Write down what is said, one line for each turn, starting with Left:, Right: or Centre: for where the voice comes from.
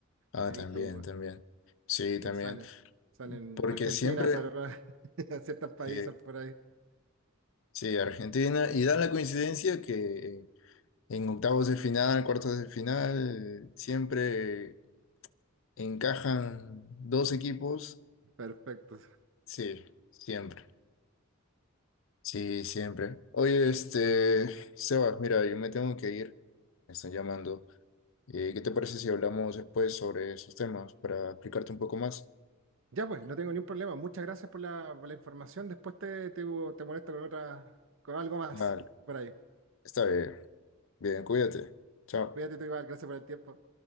Left: Ah,
Right: He
Left: también,
Right: visto un-
Left: también. Sí,
Right: que
Left: también.
Right: salen, salen
Left: Porque
Right: Argentina,
Left: siempre,
Right: salen <laughs> a ciertos países
Left: sí,
Right: por ahí.
Left: sí, Argentina, y da la coincidencia que... eh, En octavos de final, cuartos de final, siempre encajan dos equipos
Right: Perfecto.
Left: Sí, siempre. Sí, siempre. Oye, este, Sebas, mira, yo me tengo que ir. Me están llamando. Eh, ¿qué te parece si hablamos después sobre esos temas para explicarte un poco más?
Right: Ya pues, no tengo ningún problema. Muchas gracias por la, por la información. Después te, te, te molesto con otra, con algo más
Left: Vale,
Right: por ahí.
Left: está bien. Bien, cuídate. Chao.
Right: Cuídate tú igual, gracias por el tiempo.